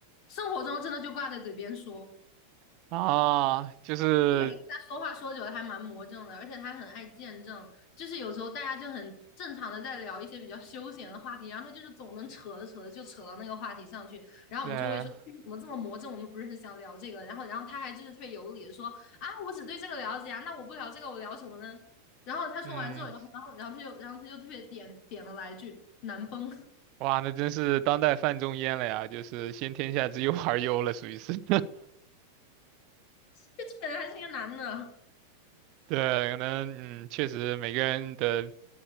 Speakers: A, on the left; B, on the right.
A: 生活中真的就挂在嘴边说。
B: <laughs> 啊，就是
A: 我感觉他说话说久了还蛮魔怔的，而且他很爱见证，就是有时候大家就很正常的在聊一些比较休闲的话题，然后他就是总能扯着扯着就扯到那个话题上去，然后我们就会说嗯怎么这么魔怔，
B: 对，
A: 我们不是很想聊这个，然后然后他还就是特别有理的说啊，我只对这个了解啊，那我不聊这个我聊什么呢？然后他说完之后，
B: 嗯，
A: 然后然后然后他就然后他就特别点点了来一句难崩，<laughs> 就
B: 哇，那真是当代范仲淹了呀，就是先天下之忧而忧了，属于是。
A: 这个人还是一个男的，
B: <laughs> 对，可能嗯，确实每个人的